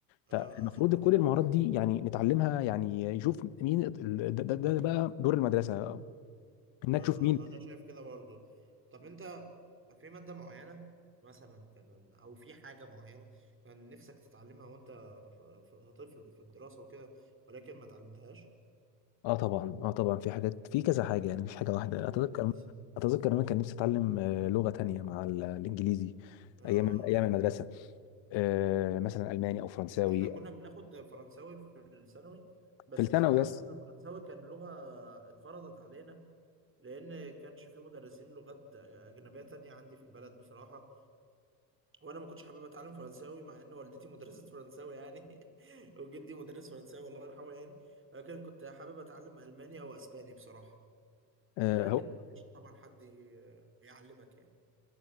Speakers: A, on the right (about 25°); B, on the left (about 60°).
A: اه
B: فالمفروض
A: اه
B: كل المهارات دي يعني نتعلمها يعني يشوف مين ده, ده, ده بقى دور المدرسه انك
A: آه،
B: تشوف
A: آه،
B: مين
A: آه، انا شايف كده برضو طب انت في مادة معينة مثلا كان او في حاجة معينة كان نفسك تتعلمها وانت ف- ف- طفل في الدراسة وكده ولكن ما اتعلمتهاش
B: اه طبعا اه طبعا في حاجات في كذا حاجه يعني مش حاجه واحده
A: قول
B: اتذكر
A: مثلا
B: اتذكر إن انا كان نفسي اتعلم آه، لغه تانية مع ال- الانجليزي
A: اه
B: ايام
A: آه.
B: ايام المدرسه آه، مثلا الماني او فرنساوي
A: احنا كنا بناخد فرنساوي في الثانوي بس
B: في الثانوي
A: انا حاسس
B: بس
A: ان الفرنساوي كان لغة اتفرضت علينا لان كانش في مدرسين لغات اجنبية تانية عندي في البلد بصراحة وانا ما كنتش حابب اتعلم فرنساوي مع ان والدتي مدرسة فرنساوي يعني <laughs> وجدي مدرس فرنساوي الله يرحمه يعني ولكن كنت حابب اتعلم الماني او اسباني بصراحة
B: آه،
A: ولكن
B: هو
A: ما فيش طبعا حد ي- يعلمك يعني